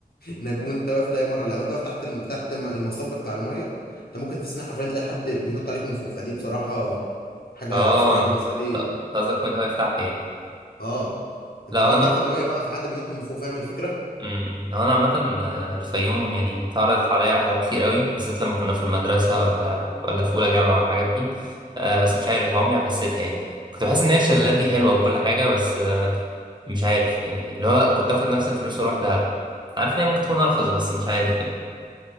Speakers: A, on the left; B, on the right.
A: انك وانت واقف تلاقي مره لو انت واقف تحت الم... تحت الم- المصب بتاع الميه انت ممكن في السنه حرفيا تلاقي حد بينط عليك من فوق فدي بصراحه حاجه
B: اه
A: بصراحه
B: انت
A: بالنسبه لي
B: أنت قصدك كنت واقف تحت يعني
A: اه انت
B: لا
A: واقف
B: انا
A: تحت الميه بقى فحد بينط من فوق فاهم الفكره
B: امم هو انا عامه آه، الفيوم يعني اتعرضت عليا رحلات كتير قوي بالذات لما كنا في المدرسه ولا ولا في اولى جامعه والحاجات دي آه بس مش عارف عمري حسيتها يعني كنت بحس ان هي الشلالات دي حلوه وكل حاجه بس آه، مش عارف يعني اللي هو كنت اخد نفس الفلوس واروح دهب عارف ان هي ممكن تكون ارخص بس مش عارف يعني